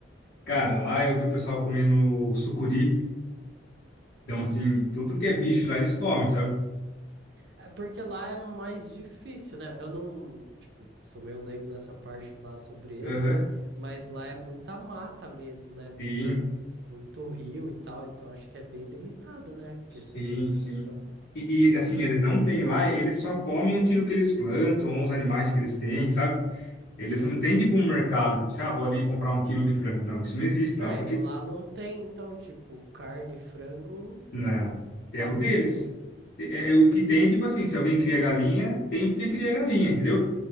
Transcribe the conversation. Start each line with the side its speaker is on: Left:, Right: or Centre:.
Left: Cara, lá eu vi o pessoal comendo sucuri.
Right: Ixi.
Left: Então, assim, tudo que é bicho lá eles comem, sabe?
Right: É porque lá é mais difícil, né? Eu não, tipo, sou meio leigo nessa parte lá sobre eles,
Left: Aham.
Right: mas lá é muita mata mesmo,
Left: Sim,
Right: né? Tipo, muito rio e tal, então acho que é bem limitada, né? A
Left: sim,
Right: questão de alimentação.
Left: sim. E, e, assim, eles não têm lá, eles só comem aquilo que eles plantam, os animais que eles têm, sabe? Eles
Right: Sim.
Left: não têm, tipo, um mercado, tipo, assim, ah, vou ali comprar um quilo de frango. Não, isso não existe
Right: É,
Left: lá, porque
Right: lá não tem, então, tipo, carne, frango
Left: Não,
Right: é
Left: é
Right: quase
Left: o deles.
Right: nulo.
Left: É, é é o que tem, tipo assim, se alguém cria galinha, tem porque cria galinha, entendeu?